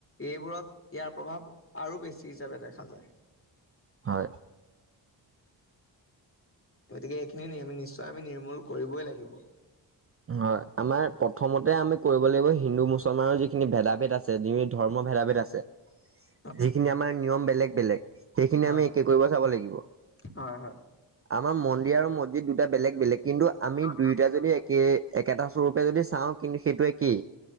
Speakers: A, on the left; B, on the right.
A: এইবোৰত ইয়াৰ প্ৰভাৱ আৰু বেছি হিচাপে দেখা যায়।
B: হয়।
A: গতিকে এইখিনি আমি নিশ্চয় আমি নিৰ্মূল কৰিবই লাগিব।
B: হয়। আমাৰ প্ৰথমতে আমি কৰিব লাগিব হিন্দু মুছলমানৰ যিখিনি ভেদা ভেদ আছে, যিখিনি ধৰ্ম ভেদা ভেদ আছে।
A: উ
B: যিখিনি আমাৰ নিয়ম বেলেগ বেলেগ সেইখিনি
A: হয়
B: আমি একেই কৰিব চাব লাগিব।
A: হয়, হয়।
B: আমাৰ মন্দিৰ আৰু মছজিদ বেলেগ বেলেগ, কিন্তু আমি
A: আমাৰো
B: দুই এতিয়া যদি একে একেটা স্বৰূপে যদি চাওঁ কিন্তু সেইটো একেই।